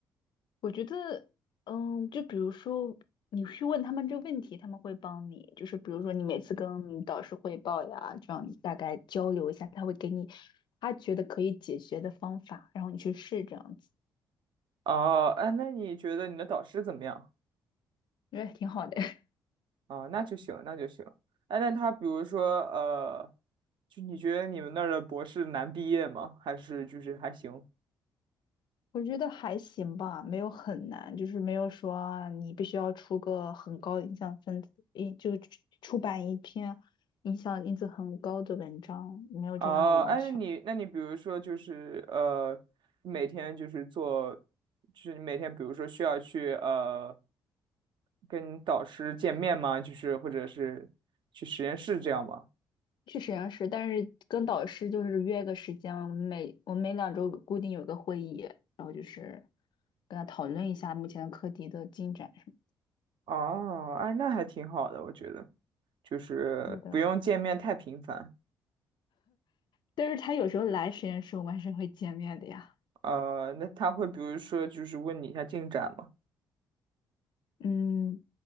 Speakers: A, on the left; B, on the right.
A: 我觉得，嗯，就比如说你去问他们这个问题，他们会帮你，就是比如说你每次跟你导师汇报呀，这样你大概交流一下，他会给你他觉得可以解决的方法，然后你去试这样子，
B: 哦，哎，那你觉得你的导师怎么样？
A: 我觉得挺好的。
B: 啊，那就行，那就行。哎，那他比如说呃，就你觉得你们那儿的博士难毕业吗？还是就是还行？
A: 我觉得还行吧，没有很难，就是没有说啊你必须要出个很高的影响分子，一就出出版一篇影响因子很高的文章，没有这样的要求。
B: 哦，哎，那你那你比如说就是呃，每天就是做，就是你每天比如说需要去呃跟导师见面吗？就是或者是去实验室这样吗？
A: 去实验室，但是跟导师就是约个时间，我们每我们每两周固定有个会议，然后就是跟他讨论一下目前课题的进展什
B: 哦，哎，那还挺好的，我觉得就是不用见面太频繁。
A: 么的。对的但是他有时候来实验室，我们还是会见面的呀。
B: 呃，那他会比如说就是问你一下进展吗？
A: 嗯，